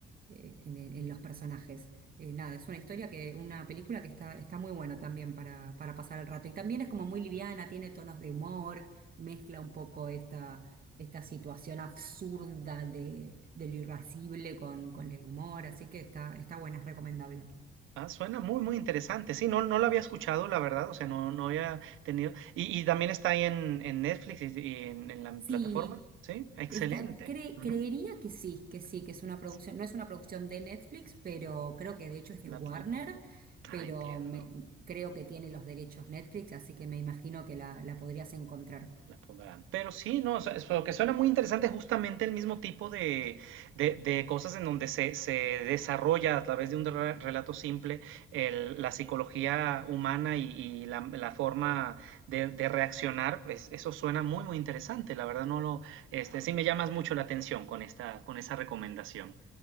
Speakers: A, on the right; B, on the right.
A: eh, en, en los personajes. Eh, nada, es una historia que, una película que está, está muy buena también para, para pasar el rato. Y también es como muy liviana, tiene tonos de humor, mezcla un poco esta, esta situación absurda de, de lo irascible con, con el humor, así que está, está buena, es recomendable.
B: Ah, suena muy, muy interesante. Sí, no, no lo había escuchado, la verdad, o sea, no, no había tenido. Y, y también está ahí en, en Netflix y, y en, en la
A: Sí,
B: plataforma, ¿sí? Excelente.
A: está, cre-
B: ujú.
A: creería que sí, que sí, que es una producción,
B: Sí.
A: no es una producción de Netflix, pero creo que de hecho es de
B: La-
A: Warner,
B: la- ah,
A: pero
B: entiendo.
A: me- creo que tiene los derechos Netflix, así que me imagino que la, la podrías encontrar.
B: La pondrán. Pero sí, no, o sea, es lo que suena muy interesante justamente el mismo tipo de, de- de cosas en donde se, se desarrolla a través de un re- relato simple el- la psicología humana y, y la, la forma de, de reaccionar. Es- eso suena muy, muy interesante. La verdad no lo, este, sí me llamas mucho la atención con esta, con esa recomendación.